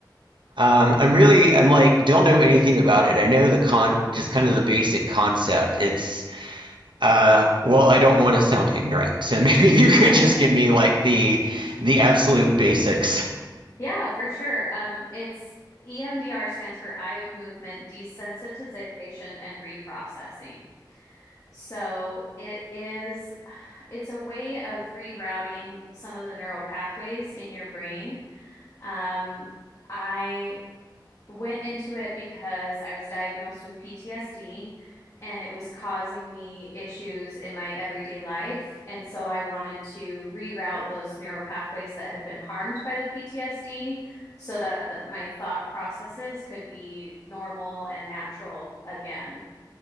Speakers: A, on the right (about 85°); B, on the left (about 40°).
A: Um, I'm really, I'm like, don't know anything about it. I know the con, just kind of the basic concept. It's, uh, well, I don't want to sound ignorant, so <laughs> maybe
B: <laughs>
A: you could just give me like the the absolute basics.
B: Yeah, for sure. Um, it's EMDR stands for eye movement desensitization and reprocessing. So it is, <sighs> it's a way of rerouting some of the neural pathways in your brain Um, I went into it because I was diagnosed with PTSD and it was causing me issues in my everyday life. And so I wanted to reroute those neural pathways that had been harmed by the PTSD so that, that my thought processes could be normal and natural again.